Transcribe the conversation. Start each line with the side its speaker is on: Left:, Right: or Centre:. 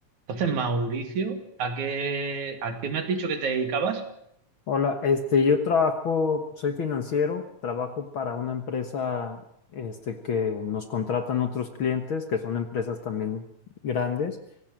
Right: Entonces, Mauricio, ¿a qué, a qué me has dicho que te dedicabas?
Left: Hola, este, yo trabajo, soy financiero, trabajo para una empresa, este, que nos contratan otros clientes, que son empresas también grandes,